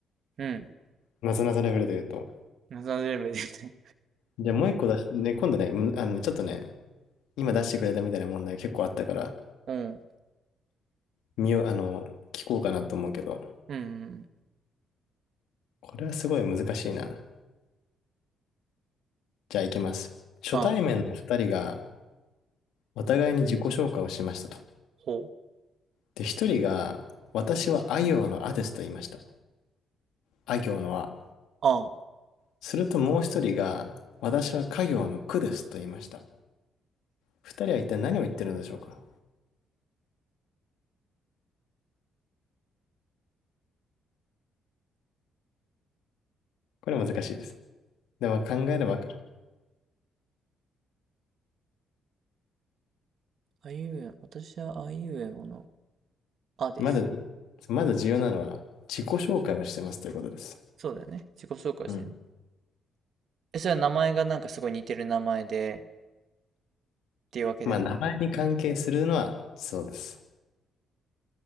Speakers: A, on the right; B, on the left.
A: うん。
B: なぞなぞレベルで言うと。
A: 謎のレベルで言って。
B: じゃあもう一個出し、ね、今度ね、むあの、ちょっとね、今出してくれたみたいな問題結構あったから、
A: うん。
B: 見よう、あの、聞こうかなと思うけど、
A: うんうん。
B: これはすごい難しいな。じゃあ行きます。初対面の二人が
A: あ、
B: お互いに自己紹介をしましたと。
A: ほ。
B: で、一人が、私はあ行のあですと言いました。あ行のあ。
A: あ、
B: するともう一人が、私は家行のくですと言いました。二人は一体何を言ってるのでしょうかこれ難しいですね。でも考えればわかる。
A: あいうえ、私はあいうえおの。あです。
B: まず、まず重要なのは自己紹介をしてますということです。
A: そうだよね。自己紹介してね。
B: うん。
A: え、それは名前がなんかすごい似てる名前でっていうわけではなくて、
B: まあ、名前に関係するのはそうです。